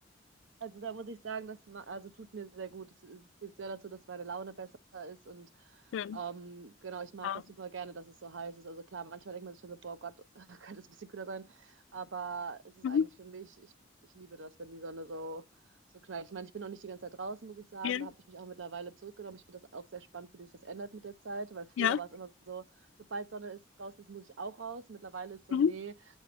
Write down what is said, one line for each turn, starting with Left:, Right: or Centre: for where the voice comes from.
Right: Also da muss ich sagen, das ma- also tut mir sehr gut. Es führt sehr dazu, dass meine Laune besser ist und
Left: <laughs> Schön.
Right: Ähm, genau, ich mag
Left: Ja.
Right: das super gerne, dass es so heiß ist. Also klar, manchmal denkt man sich schon so, boah Gott, <laughs> könnte es ein bisschen kühler sein. Aber es ist
Left: Mhm.
Right: eigentlich für mich, ich, ich liebe das, wenn die Sonne so, so knallt. Ich meine, ich bin auch nicht die ganze Zeit draußen, muss ich sagen.
Left: Ja.
Right: Da habe ich mich auch mittlerweile zurückgenommen. Ich finde das auch sehr spannend, wie sich das ändert mit der Zeit, weil früher
Left: Ja.
Right: war es immer so, sobald Sonne ist, draußen ist, muss ich auch raus. Mittlerweile ist so,
Left: Mhm.
Right: nee,